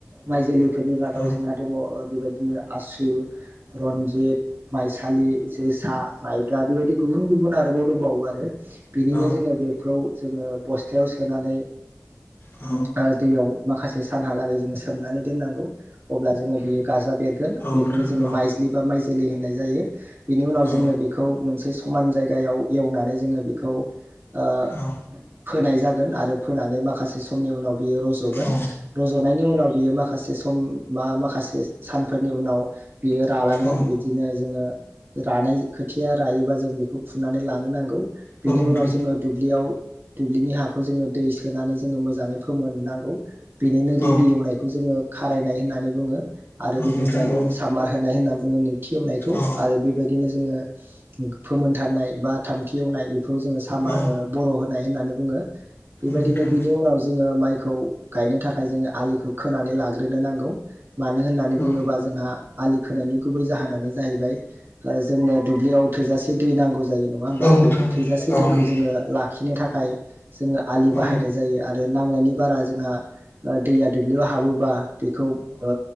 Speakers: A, on the right; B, on the left.
A: माइ जोलैफोरनि मादाव
B: औ
A: जोंहा दङ ओ बेबायदिनो आसु, रन्जित, माइसालि, जोसा, माइ ब्रा बेबायदि गुबुन गुबुन आरोबाव दंबावो आरो बिनिनो
B: औ
A: जोङो बेखौ जोङो बस्थायाव सोनानै
B: औ
A: ओ दैयाव माखासे सानहालागै जोङो सोमनानै दोननांगौ अब्ला जोङो बेयो गाजा बेरगोन
B: औ नोंथां
A: बेखौनो जोङो
B: औ
A: माइज्लि बा माइ जोलै होननाय जायो बेनि उनाव
B: औ
A: जोङो बेखौ मोनसे समान जायगायाव एवनानै जोङो बिखौ ओ
B: औ
A: फोनाय जागोन आरो फोनानै माखासे समनि उनाव बियो रज'गोन
B: औ
A: रज'नायनि उनाव बियो माखा खासे सम मा माखासे स-सानफोरनि उनाव बियो रालांगोन
B: औ
A: बिदिनो जोङो रानाय खोथिया रायोबा जों बेखौ फुनानै लानो नांगौ। बेनि
B: औ नोंथां
A: उनाव जोङो दुब्लियाव दुब्लिनि हाखौ जोङो दै सोनानै जोङो मोजाङै फोमोननांगौ। बिनिनो गिबि
B: औ
A: एवनायखौ जोङो खारायनाय होननानै बुङो। आरो
B: औ
A: बिनिफ्राय
B: नोंथां औ
A: सामार होनाय होनना बुङो नैथि एवनायखौ
B: औ
A: आरो बेबायदिनो जोङो फोमोनथारनाय बा थामथि एवनाय बेखौ जोङो सामार
B: औ
A: ओ बर' होन नाय होननानै बुङो बेबायदिनो
B: नोंथां
A: बिनि उनाव जोङो माइखौ गायनो थाखाय जोङो आलिखौ खोनानै लाग्रोनो नांगौ। मानो होननानै बुङोब्ला
B: औ
A: जोंहा आलि खोनायनि गुबै जाहोनानो जाहैबाय ओ जोंनो दुब्लियाव थोजासे दै नांगौ जायो। नङा होमबा
B: औ नोंथां
A: बेखो थोजासे
B: औ
A: दैखौ
B: नोंथां औ
A: जोङो लाखिनो थाखाय जोङो आलि
B: औ
A: बाहायनाय जायो आर रो नांनायनि बारा जोंहा ओ दैया दुब्लियाव हाबोबा बेखौ ओ